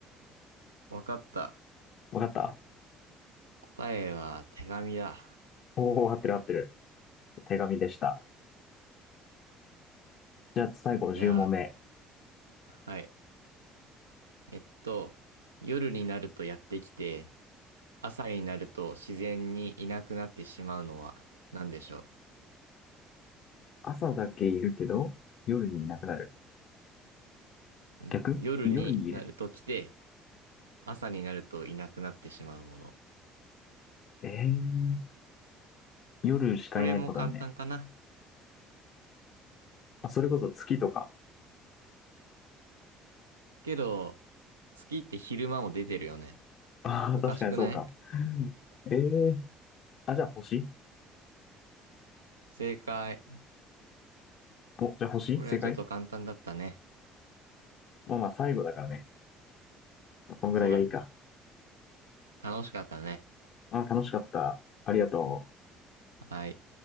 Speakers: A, on the right; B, on the left.
A: わかった。
B: わかった
A: 答えは手紙だ。
B: おお、合ってる合ってる。手紙でした。じゃあ最後10問目。
A: じゃあ、はい。えっと、夜になるとやってきて、朝になると自然にいなくなってしまうのは何でしょ
B: 朝だけいるけど、夜にいなくなる。
A: うん夜になると来て、
B: 逆夜にいる。
A: 朝になるといなくなってしまうもの。
B: ええー、夜しかいないってことだよね。
A: これも簡単かな。
B: あ、それこそ月とか。
A: けど、月って昼間も出てるよね。
B: ああ、
A: おかしくない
B: 確かにそうか。ええー、あ、じゃあ星
A: 正解。
B: お、じゃあ星正解
A: これはちょっと簡単だったね。
B: まあまあ最後だからね。こんぐらいがいいか。
A: そうだね。楽しかったね。
B: あー、楽しかった。ありがとう。
A: はい。